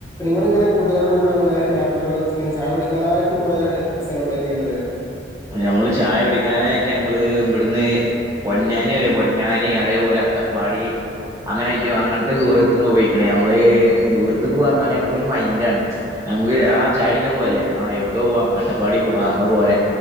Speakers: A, on the left; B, on the right.
A: നിങ്ങള് ഇങ്ങനെ കൂട്ടുകാരോട് കൂടെ ഇങ്ങനെ യാത്രകലിൽ ഇങ്ങനെ ചായ കുടിക്കാനായിട്ട് പോയ സ്ഥലങ്ങൾ എവിടെയൊക്കെ യുള്ളത്
B: നമ്മള് ചായ കുടിക്കാനായിട്ട് ഞങ്ങള് ഇവിടുന്ന് പൊന്നാനി വരെ പൊന്നാനി അതേപോലെ അട്ടപ്പാടി അങ്ങനെയിട്ടും അങ്ങന് ദൂരൊക്കെ പോയികാണ് നമ്മള് ദൂരത്ത പോവാ പറഞ്ഞാല് നമ്മുക്കൊരു മൈൻറ്റ് ആണ് നമുക്ക് ചായ അടിക്കാൻ പോവല്ലേ ആ എവിടക്കെ പോവാ അട്ടപ്പാടി പോവാ എന്നാ പോരെ